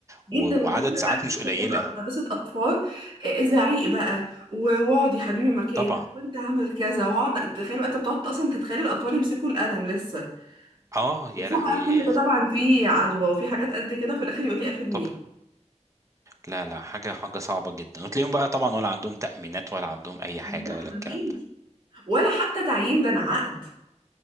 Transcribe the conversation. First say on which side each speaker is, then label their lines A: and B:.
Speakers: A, on the right; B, on the right.
A: جدا
B: و... وعدد
A: والفكره
B: ساعات
A: بقى إن
B: مش
A: انا
B: قليلة
A: كنت هبقى مدرسه اطفال آه، زعيق بقى و- واقعد يا حبيبي مكانك
B: طبعا
A: وانت عامل كذا واقعد تخيل انت بتقعد اصلا انت تتخيل الاطفال يمسكوا القلم لسه
B: اه يا
A: وفوق
B: لهوي
A: بقى كل ده طبعا في عدوى وفي حاجات قد كده وفي الاخر يقول لي 1000 جنيه
B: طبعا لا لا حاجة حاجة صعبة جدا وتلاقيهم بقى طبعا ولا عندهم تأمينات ولا عندهم اي حاجة
A: لا
B: ولا الكلام
A: مفيش
B: ده
A: ولا حتى تعيين ده انا عقد